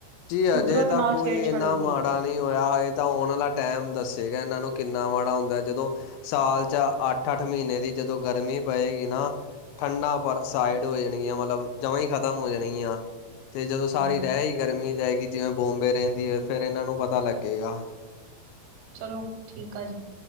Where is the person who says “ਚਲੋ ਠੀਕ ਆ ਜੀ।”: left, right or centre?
Right